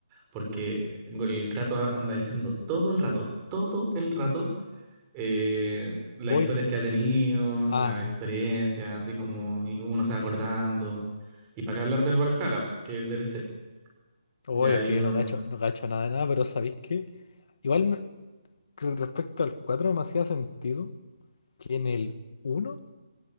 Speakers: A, on the right; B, on the left.
A: Porque el Kratos anda diciendo todo el rato, todo el rato, eh, las
B: Voy.
A: historias que ha tenido,
B: Ah,
A: las experiencias, así como y uno se va acordando. Y para qué hablar del Valhalla, pues que es el DLC.
B: oh,
A: Ya
B: es
A: hay
B: que
A: uno.
B: yo no gacho, no gacho nada de nada, pero ¿sabéis qué? Igual me- con respecto al 4 me hacía sentido que en el uno